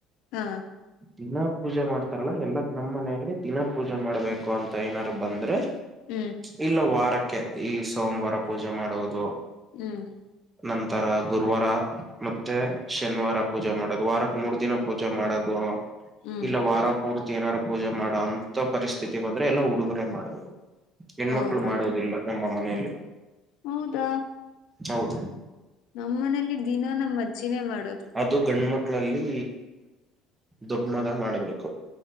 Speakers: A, on the left; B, on the right.
A: ಹಾ
B: ದಿನ ಪೂಜೆ ಮಾಡ್ತಾರಲ್ಲ ಎಲ್ಲ ನಮ್ಮ ಮನೆಯಲ್ಲಿ ದಿನ ಪೂಜೆ ಮಾಡ್ಬೇಕು ಅಂತ ಏನಾರು ಬಂದ್ರೆ
A: ಹ್ಮ
B: ಇಲ್ಲ ವಾರಕ್ಕೆ ಈ ಸೋಮವಾರ ಪೂಜೆ ಮಾಡುವುದು
A: ಹ್ಮ್
B: ನಂತರ ಗುರುವಾರ ಮತ್ತೆ ಶನಿವಾರ ಪೂಜೆ ಮಾಡದು ವಾರಕ್ ಮೂರ್ ದಿನ ಪೂಜೆ ಮಾಡೋದು
A: ಹ್ಮ್
B: ಇಲ್ಲ ವಾರ ಪೂರ್ತಿ ಏನಾರು ಪೂಜೆ ಮಾಡೋಂತ ಪರಿಸ್ಥಿತಿ ಬಂದ್ರೆ ಎಲ್ಲ ಹುಡುಗುರೇ ಮಾಡದು. ಹೆಣ್ಮಕ್ಳು
A: ಹೌದಾ
B: ಮಾಡೊದಿಲ್ಲ ನಮ್ಮ ಮನೆಯಲ್ಲಿ
A: ಹೌದಾ
B: ಹೌದು
A: ನಮ್ ಮನೇಲಿ ದಿನ ನಮ್ ಅಜ್ಜಿನೇ ಮಾಡೋದು.
B: ಅದು ಗಂಡ್ ಮಕ್ಳಲ್ಲಿ ದೊಡ್ ಮಗ ಮಾಡಬೇಕು.